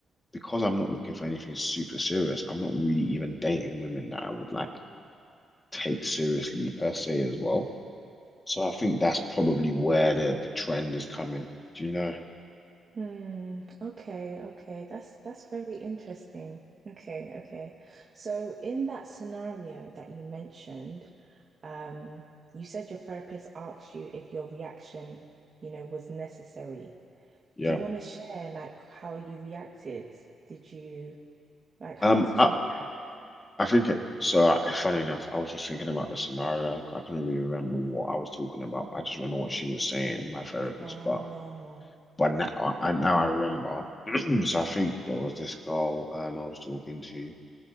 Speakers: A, on the left (about 25°); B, on the right (about 40°).
A: because I'm not looking for anything super serious, I'm not really even dating women that I would like take seriously per se as well. So I think that's probably where the the trend is coming. Do you know?
B: Hmm. Okay. Okay. That's that's very interesting. Okay. Okay. So in that scenario that you mentioned, um, you said your therapist asked you if your reaction, you know, was necessary.
A: Yeah.
B: Do you want to share like how you reacted? Did you like how
A: Um,
B: did
A: I,
B: you react?
A: I think it, so. I, funny enough, I was just thinking about the scenario. I couldn't really remember what I was talking about. But I just remember what she was saying, my therapist.
B: Oh,
A: But but now I I- now I remember. <clears throat> So I think there was this girl um I was talking to,